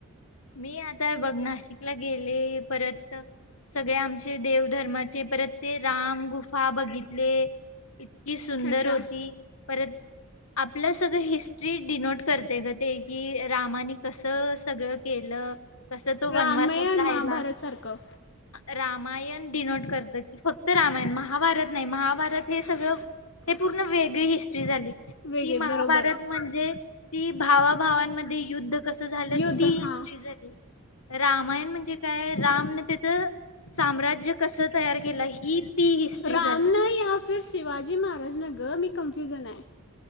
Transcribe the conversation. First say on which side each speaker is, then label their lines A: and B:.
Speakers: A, on the left; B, on the left.
A: मी आता हे बघ नाशिकला गेले परत सगळे आमचे देवधर्माचे परत ते राम गुफा बघितले. ती सुंदर
B: अच्छा
A: होती परत आपलं सगळं हिस्ट्री डिनोट करते ग ते की रामाने कस सगळं केलं. कसं तो वनवासात
B: रामायण
A: राहिला
B: महाभारत सारखं.
A: रामायण डिनोट करतं की फक्त रामायण महाभारत नाही, महाभारत हे सगळं हे पूर्ण वेगळी हिस्ट्री झाली. ती
B: वेगळे
A: महाभारत
B: बरोबर आहे
A: म्हणजे ती भावाभावांमध्ये युद्ध कस झालं
B: युद्ध
A: तीच
B: हां
A: ट्री झाली. रामायण म्हणजे काय रामन त्याचं साम्राज्य कसं तयार केलं ही ती हिस्ट्री
B: राम
A: झाली
B: नाही या फिर शिवाजी महाराज न ग मी कंफ्यूजन हाय.